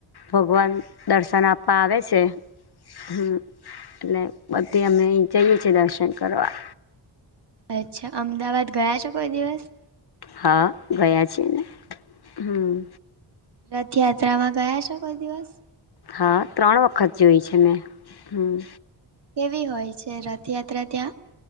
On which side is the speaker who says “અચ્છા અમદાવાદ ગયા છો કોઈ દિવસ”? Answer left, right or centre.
Right